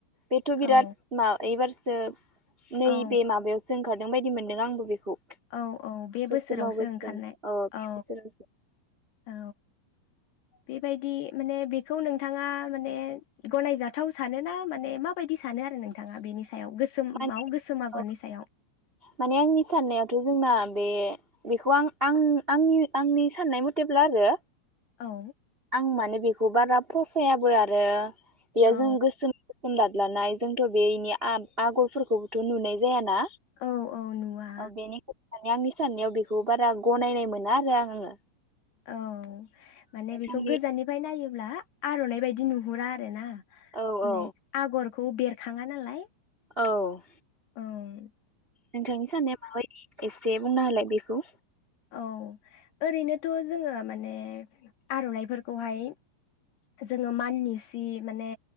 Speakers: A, on the right; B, on the left.
A: बेथ बिराद
B: औ
A: मा एबारसो नैबे
B: औ
A: माबायावसो जोंखादों बायदि मोन्दों आंबो बेखौ।
B: औ-औ बे बोसोरावसो
A: गोसोमाव गोसोम
B: ओंखारनाय
A: बे
B: औ।
A: बोसोरावसो
B: औ बेबायदि माने बेखौ नोंथाङा माने गनायजाथाव सान ना माने माबायदि सानो आरो नोंथाङा बेनि सा गोसोमाव
A: माने
B: गोसोम आगरनि
A: औ
B: सायाव
A: माने आंनि साननायावथ' जोंना बे बेखौ आं आ आंनि आंनि साननाय मथेब्ला आरो।
B: औ
A: आं माने बेखौ बारा फसायाबो आरो बेयो
B: औ
A: जों गोसोम गोसोम दाग लानाय जोंथ' बेनि आगरफोरखौबोथ' नुनाय जायाना।
B: औ औ नुवा
A: औ बेनि ओमफाय आंनि साननायाव बेखौ बारा गनायनाय मोना आरो आं आङो
B: औ माने
A: नोंथांनि
B: बेखौ गोजाननिफ्राय नायो होनब्ला आरनाय बायदि नुहुरा आरो ना
A: औ
B: माने
A: औ
B: आगर खौ बेरखाङा नालाय
A: औ
B: उम
A: नोंथांनि साननाया माबायदि एसे बुंना होलाय बेखौ
B: औ ओरैनोथ' जोङो माने आरनाइफोरखौहाय जोङो माननि सि माने